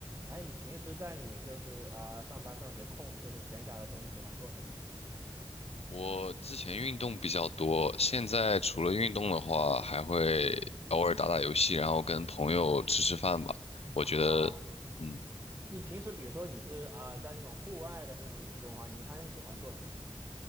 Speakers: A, on the right; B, on the left.
A: 哎，你平时在你就是啊、呃上班上学空就是闲暇的时候，你喜欢做什么呀？
B: 我之前运动比较多，现在除了运动的话，还会偶尔打打游戏，然后跟朋友吃吃饭吧。我觉得，
A: 啊，
B: 嗯，
A: 你平时比如说你是啊、呃在那种户外的那种运动的话，你一般是喜欢做什么？